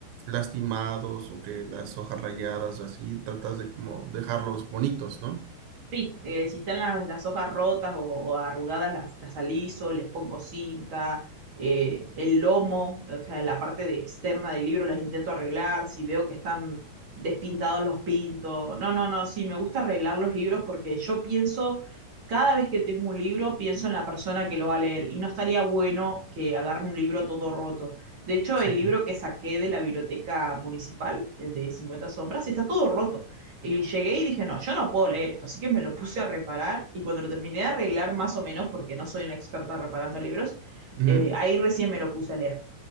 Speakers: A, on the right; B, on the right.
A: lastimados o que las hojas rayadas o así, tratas de como dejarlos bonitos, ¿no?
B: Sí, eh, si están las, las hojas rotas o, o arrugadas, las, las aliso, les pongo cinta, eh, el lomo, o sea, la parte de externa del libro las intento arreglar, si veo que están despintados los pinto. No, no, no, sí, me gusta arreglar los libros porque yo pienso, cada vez que tengo un libro, pienso en la persona que lo va a leer y no estaría bueno que agarre un libro todo roto. De hecho,
A: Sí.
B: el libro que saqué de la biblioteca municipal, el de cincuenta sombras, está todo roto. Y llegué y dije, no, yo no puedo leer esto, así que me lo puse a reparar y cuando lo terminé de arreglar más o menos, porque no soy una experta reparando libros,
A: Ujú,
B: eh, ahí recién me lo puse a leer.